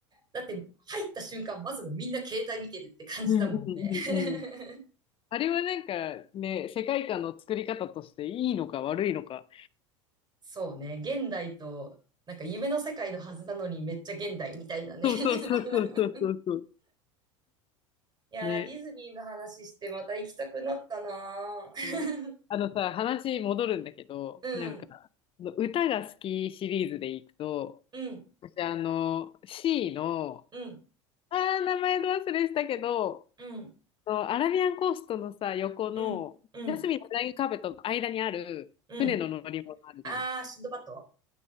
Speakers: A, on the right; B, on the left.
A: だって入った瞬間、まずもうみんな携帯見てるって感じだもんね。
B: うんうんうんうん。
A: <laughs>
B: あれはなんかね、世界観の作り方としていいのか悪いのか。
A: そうね。現代と、なんか夢の世界のはずなのにめっちゃ現代みたいなね。
B: そうそうそうそうそうそうそう。
A: <laughs> いやー、
B: ね。
A: ディズニーの話してまた行きたくなったなー。
B: うん。あのさ、話戻るんだけど、
A: <laughs> うん、
B: なんか、歌が好きシリーズでいくと、
A: うん、
B: 私あの、C の、
A: うん、
B: あー、名前ど忘れしたけど、
A: うん、
B: あのアラビアンコーストのさ、横の、
A: うん、うん、
B: ジャスミンのフライングカーペットの間にある船の乗り物あるじゃない。
A: うん。あー、シンドバッド